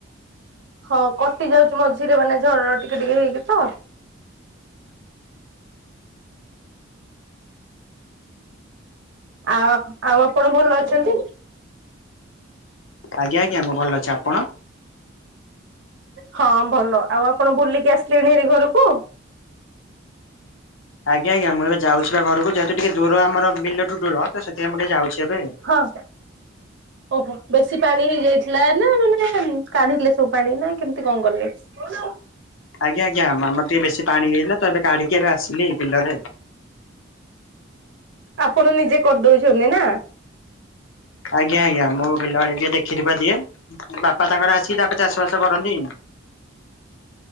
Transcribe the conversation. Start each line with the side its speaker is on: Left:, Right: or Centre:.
Right: ହଁ କଟି ଯାଉଛି ମଝିରେ ମାନେ ଝର ଟିକେ ଟିକେ ହେଇକି ତ ଆଉ ଆଉ ଆପଣ ଭଲ ଅଛନ୍ତି?
Left: ଆଜ୍ଞା ଆଜ୍ଞା ମୁଁ ଭଲ ଅଛି ଆପଣ?
Right: ହଁ ଭଲ ଆଉ ଆପଣ ବୁଲିକି ଆସିଲେଣି ହେରି ଘରକୁ?
Left: ଆଜ୍ଞା ଆଜ୍ଞା ମୁଁ ଏବେ ଯାଉଛି ବା ଘରକୁ ଯେହେତୁ ଟିକେ ଦୂର ଆମର ବିଲଠୁ ଦୂର ତ ସେଥିପାଇଁ ମୁଁ ଟିକେ ଯାଉଛି ଏବେ।
Right: ହଁ। ଓହୋ ବେଶୀ ପାଣି ହେଇଯାଇଥିଲା ନା ମାନେ କାଢି଼ଲେ ସବୁ ପାଣି ନା କେମିତି କଣ କଲେ? ବୋଉଲୋ
Left: ଆଜ୍ଞା ଆଜ୍ଞା ମାମର ଟିକେ ବେଶୀ ପାଣି ହେଇଥିଲା ତ ଏବେ କାଢି଼କି ଏବେ ଆସିଲି ବିଲରେ।
Right: ଆପଣ ନିଜେ କରିଦଉଚନ୍ତି ନା।
Left: ଆଜ୍ଞା ଆଜ୍ଞା ମୁଁ ବିଲବାଳି ଟିକେ ଦେଖିଦୁଖା ଦିଏ। ବାପା ତାଙ୍କର ଆସିକି ତାପରେ ଚାଷ ବାସ କରନ୍ତି।